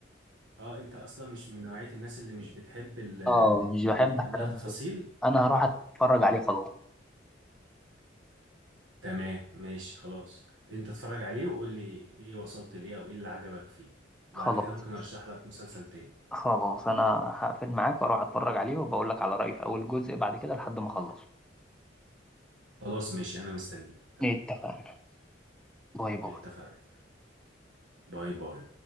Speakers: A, on the right; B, in the centre.
A: اه انت اصلا مش من نوعية الناس اللي مش بتحب ال-
B: اه مش
A: ان
B: بحب
A: يتقال
B: احرق
A: لها
B: المسلسل
A: تفاصيل
B: انا هروح اتفرج
A: آه.
B: عليه خلاص
A: تمام ماشي خلاص انت اتفرج عليه وقول لي ايه وصلت لايه او ايه اللي عجبك فيه وبعد
B: خلاص
A: كده ممكن ارشح لك مسلسل تاني
B: خلاص انا هقفل معاك واروح اتفرج عليه وبقول لك على رأيي في اول جزء بعد كده لحد ما اخلصه
A: خلاص ماشي انا مستنيك تمام
B: اتفقنا باي باي
A: اتفقنا باي باي